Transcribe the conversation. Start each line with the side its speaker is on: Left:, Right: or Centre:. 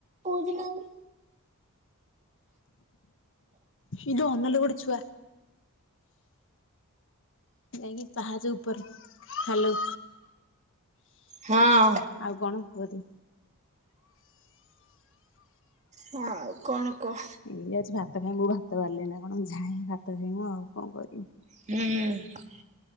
Right: କଉଦିନ ହୋବୁ?
Left: ଇଲୋ ଅନାଲୋ ଗୋଟେ ଛୁଆ। ଯାଇକି ପାହାଚ ଉପରେ ହାଲୋ।
Right: ହଁ।
Left: ଆଉ କଣ କୁହତି?
Right: ହଁ କଣ କହ?
Left: ଏଇ ଯାଉଚି ଭାତ ଖାଇ ମୁଁ ଭାତ ବାଢିଲେଣି ନା କଣ ମୁଁ ଯାଏ ଭାତ ଖାଇମୁ ଆଉ କଣ କରିମି।
Right: ହୁଁ।